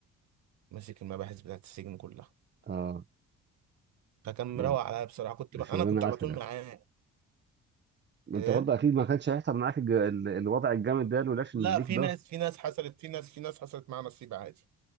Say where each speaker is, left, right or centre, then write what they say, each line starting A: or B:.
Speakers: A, on the right (about 70°); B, on the right (about 35°).
A: ماسك المباحث بتاعت السجن كلها
B: آه
A: فكان
B: لا
A: مروق عليا بصراحه كنت
B: ده
A: انا
B: شغلانة
A: كنت على
B: عسل
A: طول
B: يعني.
A: معاه
B: ما
A: ايه
B: أنت برضه أكيد ما كانش هيحصل معاك الج- ال- الوضع الجامد ده لولاش إن
A: لا
B: ليك
A: في
B: ده
A: ناس في ناس حصلت في ناس في ناس حصلت معاها نصيب عادي